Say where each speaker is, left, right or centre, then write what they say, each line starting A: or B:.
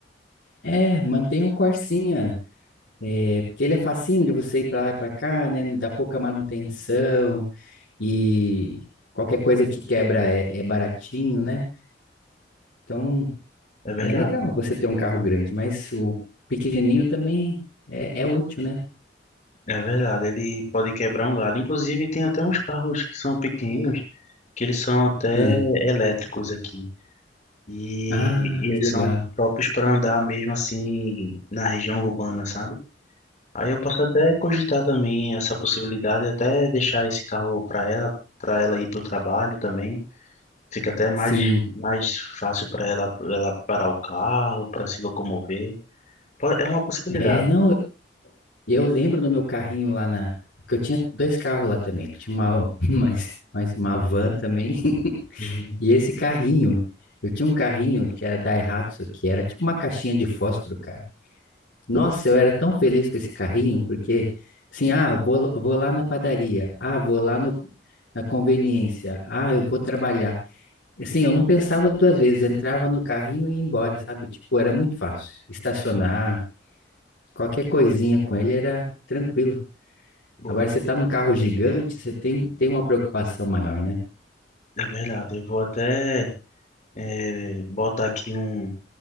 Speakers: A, on the left; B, on the left.
A: É, mantém o Corsinha, é, porque ele é facinho de você ir pra lá e pra cá, né? Dá pouca manutenção e qualquer coisa que quebra é, é baratinho, né? Então
B: É verdade.
A: é legal você ter um carro grande, mas o pequenininho também é, é útil, né?
B: É verdade, ele pode quebrar um galho. Inclusive, tem até uns carros que são pequenos, que eles são até
A: Ah,
B: elétricos aqui. E,
A: ah,
B: e eles
A: que legal.
B: são próprios para andar mesmo assim na região urbana, sabe? Aí eu posso até cogitar também essa possibilidade, até deixar esse carro para ela, para ela ir para o trabalho também. Fica até mais,
A: Sim,
B: mais fácil para ela, pra ela parar o carro, para se locomover. Po- É uma possibilidade.
A: é, não, eu eu lembro do meu carrinho lá na, porque eu tinha dois carros lá também, tinha uma, <laughs> mais, mais uma van também, <laughs>
B: Uhum.
A: e esse carrinho, eu tinha um carrinho que era Daihatsu, que era tipo uma caixinha de fósforo, cara. Nossa, eu era tão feliz com esse carrinho, porque, assim, ah, vou, vou lá na padaria, ah, vou lá no, na conveniência, ah, eu vou trabalhar. Assim, eu não pensava duas vezes, entrava no carrinho e ia embora, sabe? Tipo, era muito fácil, estacionar, Qualquer coisinha com ele era tranquilo.
B: Boa,
A: Agora
B: boa.
A: você tá num carro gigante, você tem, tem uma preocupação maior, né?
B: É verdade, eu vou até é, botar aqui um